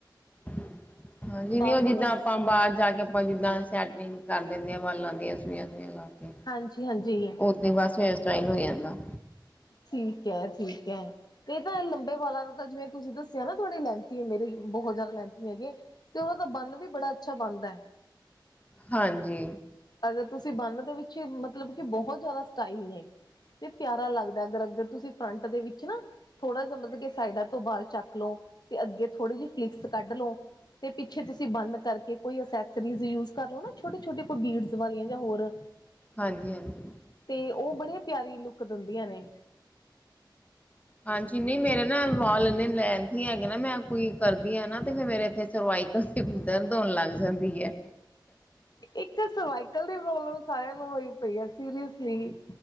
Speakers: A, on the left (about 20°); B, on the left (about 60°).
A: ਹਂਜੀ, ਜਿਵੇਂ
B: ਬਾਲ
A: ਉਹ
B: ਤਾਂ
A: ਜਿੱਦਾਂ
B: ਬਸ
A: ਆਪਾਂ ਬਾਰ ਜਾ ਕੇ ਆਪਾਂ ਜਿੱਦਾਂ ਸਟੇਟੀੰਗ ਕਰ ਦਿੰਦੇ ਆ ਵਾਲਾਂ ਦੀ ਸੂਈਆਸਾਇਆਂ ਲਾ ਕੇ।
B: ਹਂਜੀ, ਹਂਜੀ।
A: ਔ ਤੇ ਬਸ ਫੇਰ ਹੇਅਰ ਸਟਾਈਲ ਔ ਜਾਂਦਾ।
B: ਠੀਕ ਐ, ਠੀਕ ਐ। ਇਹ ਤਾਂ ਇਹ ਲੰਬੇ ਵਾਲਾ ਦਾ ਤਾਂ ਜਿਵੇਂ ਤੁਸੀਂ ਦੱਸਿਆ ਨਾ ਤੁੱਡੇ ਲੈਂਥੀ ਮੇਰੇ ਬੋੱਤ ਜੈ਼ਦਾ ਲੈਂਥੀ ਹੈਗੇ। ਤ ਔਹ ਤਾਂ ਬੰਨ ਵੀ ਬੜਾ ਅੱਛਾ ਬਨਦਾ ਐ।
A: ਹਂਜੀ।
B: ਅਗਰ ਤੁਸੀਂ ਬੰਨ ਦੇ ਵਿੱਚ ਮਤਲਬ ਕਿ ਬੋੱਤ ਜੈ਼ਦਾ ਸਟਾਈਲ ਨੇ ਤੇ ਪਿਆਰਾ ਲੱਗਦਾ। ਅਗਰ ਅਗਰ ਤੁਸੀਂ ਫਰੰਟ ਦੇ ਵਿੱਚ ਨਾ ਥੋੜਾ ਜਾ ਮਤਲਬ ਕਿ ਸਾਈਡਾਂ ਤੋਂ ਬਾਲ ਚੱਕ ਲਔ ਤੇ ਅੱਗੇ ਥੋੜੀ ਜਿਹੀ ਫਲਿਕਸ ਕੱਢ ਲੋ। ਤੇ ਪਿੱਛੇ ਤੁਸੀਂ ਬੰਦ ਕਰਕੇ ਕੋਈ ਅਸੈਸਰੀਜ਼ ਯੂਜ ਕਰ ਲੋ ਨਾ ਛੋਟੇ ਛੋਟੇ ਕੋਈ ਬੀਡਸ ਵਾਲੀਆਂ ਜਾਂ ਹੋਰ।
A: ਹਂਜੀ, ਹਂਜੀ।
B: ਤੇ ਔਹ ਬੜੀਆਂ ਪਿਆਰੀ ਲੁੱਕ ਦਿੰਦੀਆਂ ਨੇ।
A: ਹਂਜੀ, ਨੀ ਮੇਰਲ। ਨਾ ਵਾਲ ਇੰਨੇ ਲੈਂਥੀ ਹੈਗੇ ਨਾ। ਮੈਂ ਕੋਈ ਕਰਦੀ ਆ ਨਾ ਤੇ ਫੇਰ ਮੇਰੇ ਇੱਥੇ ਸਰਵਾਈਬ ਸਿਰ ਦਰਦ ਹੋਨ ਲੱਗ ਜਾਂਦੀ ਐ।
B: ਇੱਕ ਸਰਵਾਈਕਲ ਦੀ ਪ੍ਰੋਬਲਮ ਸਾਰੇਆਂ ਨੂੰ ਹੋਈ ਪਈ ਆ ਸੀਰੀਅਸ ਲੀ